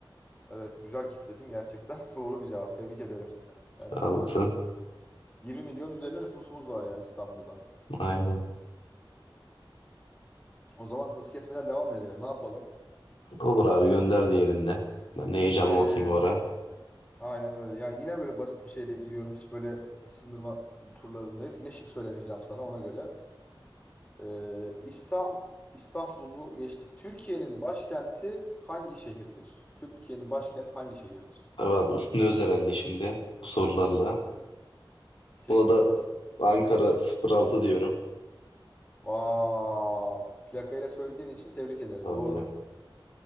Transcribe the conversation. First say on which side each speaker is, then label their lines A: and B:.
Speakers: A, on the left; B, on the left.
A: Evet, güzel kitledin gerçekten. <laughs> Doğru bir cevap. Tebrik ederim seni. Yani
B: Sağ
A: bunu
B: olasın.
A: 20 milyon üzerine nüfusumuz var yani İstanbul'da.
B: Aynen.
A: O zaman hız kesmeden devam edelim. Ne yapalım?
B: Olur abi gönder diğerinde. Ben de heyecanımı
A: E,
B: atayım o ara.
A: Aynen öyle. Yani yine böyle basit bir şeyle giriyorum. Hiç böyle ısındırma turlarındayız. Yine şık söylemeyeceğim sana ona göre. Ee, İstanbul, İstanbul'u geçtik. Türkiye'nin başkenti hangi şehirdir? Türkiye'nin başkenti hangi şehirdir?
B: Tabii abi ısınıyoruz herhalde şimdi bu sorularla.
A: Kesinlikle
B: Buna da
A: ısın.
B: Ankara 06 diyorum.
A: Vav. Plakayla söylediğin için tebrik ederim.
B: Tabii
A: Doğru.
B: ya.